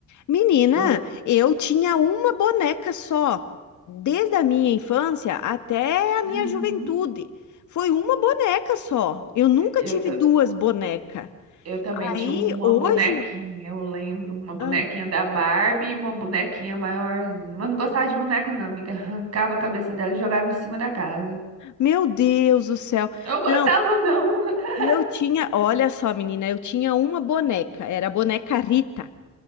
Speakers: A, on the left (about 75°); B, on the right (about 55°).
A: Menina,
B: Eu,
A: eu tinha uma boneca só, desde a minha infância até a minha
B: Aham.
A: juventude. Foi uma boneca só. Eu nunca
B: Eu
A: tive duas bonecas.
B: Eu também
A: Aí,
B: tinha uma
A: hoje,
B: bonequinha, eu lembro, uma bonequinha
A: ah,
B: da Barbie e uma bonequinha maiorzinha. Mas não gostava de boneca, não, amiga. Arrancava a cabeça dela e jogava em cima da casa.
A: meu Deus do céu.
B: Eu gostava,
A: Não,
B: não. <laughs>
A: eu tinha, olha só, menina, eu tinha uma boneca, era a boneca Rita.